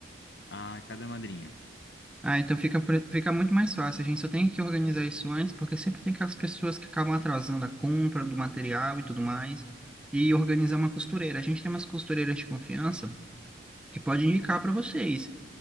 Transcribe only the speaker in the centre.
Ah, então fica por- fica muito mais fácil. A gente só tem que organizar isso antes, porque sempre tem aquelas pessoas que acabam atrasando a compra do material e tudo mais, e organizar uma costureira. A gente tem umas costureiras de confiança que pode indicar para vocês.